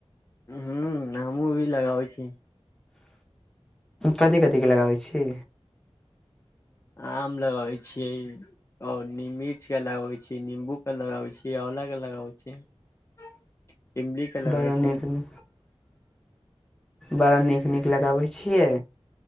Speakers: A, on the left (about 30°); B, in the centre.
A: हू, हमहूँ भी लगाबै छी।
B: कथि कथि के लगाबै छी।
A: आम लगाबै छियै आओर नि मिर्च के लगाबै छियै, निम्बू के लगाबै छियै, आंवला के लगाबै छियै। इमली के लगै
B: बड़ा
A: छै।
B: नीक बड़ा नीक नीक लगाबै छियै।